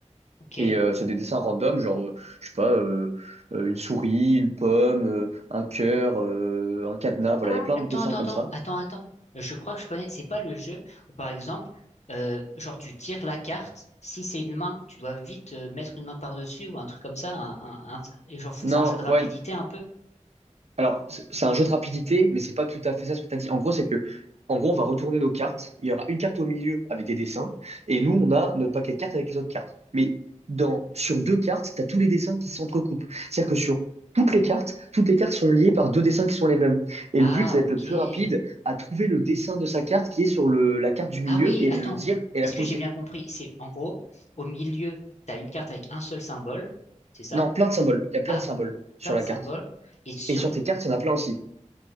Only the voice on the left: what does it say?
Ok.
Ah,
attends,
attends,
attends,
attends, attends. Je crois que je connais. C'est pas le jeu où, par exemple, euh, genre tu tires la carte. Si c'est une main, tu dois vite euh, mettre une main par-dessus ou un truc comme ça. Un, un- un- et genre, faut-
c'est un jeu de rapidité
un peu.
Ah,
ok.
Ah
oui,
attends.
Est-ce
que j'ai bien compris? C'est en gros, au milieu, t'as une carte avec un seul symbole. C'est ça?
Ah,
plein de
symboles.
Et sur...